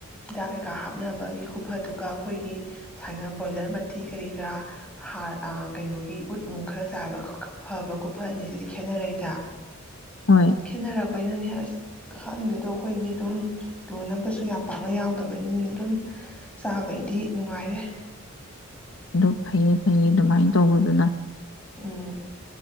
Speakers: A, in the centre; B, on the left (about 60°).
A: ꯍꯤꯗꯥꯛ ꯀꯩꯀꯥ ꯍꯥꯞꯅꯕꯒꯤ ꯈꯨꯐꯗꯨꯒ ꯑꯩꯈꯣꯏꯒꯤ ꯁꯨꯃꯥꯏꯅ ꯕꯣꯏꯂꯔ ꯃꯇꯇꯤ ꯀꯔꯤ ꯀꯔꯥ ꯍꯥꯔ ꯀꯩꯅꯣꯒꯤ ꯎꯠ ꯅꯨꯡ ꯈꯔ ꯆꯥꯏꯕ ꯐꯕ ꯈꯨꯐꯠ ꯑꯅꯤꯁꯤꯗꯤ ꯈꯦꯠꯅꯔꯛꯏꯗ
B: ꯍꯣꯏ
A: ꯈꯦꯠꯅꯔꯛꯞ ꯑꯩꯈꯣꯏꯅꯅꯦ ꯑꯁ ꯈꯪꯗꯦꯗꯣ ꯑꯩꯈꯣꯏꯗꯤ ꯑꯗꯨꯝ ꯌꯣꯟꯅꯕꯁꯨ ꯌꯥꯝ ꯄꯥꯛꯅ ꯌꯥꯎꯗꯕꯅꯤꯅꯅꯦ ꯑꯗꯨꯝ ꯆꯥꯕꯩꯗꯤ ꯅꯨꯡꯉꯥꯏꯔꯦ
B: ꯑꯗꯨ ꯐꯩꯌꯦ ꯐꯩꯌꯦ ꯑꯗꯨꯃꯥꯏꯅ ꯇꯧꯕꯗꯨꯅ
A: ꯎꯝ